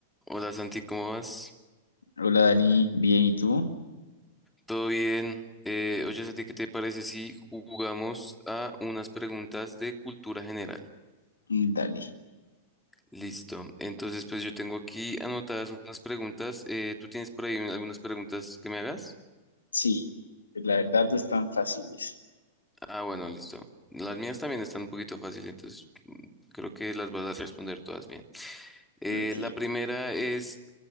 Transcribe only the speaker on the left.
Hola Dani, bien, ¿y tú?
Mm, Dale.
Sí, la verdad no es tan fácil.
Ok.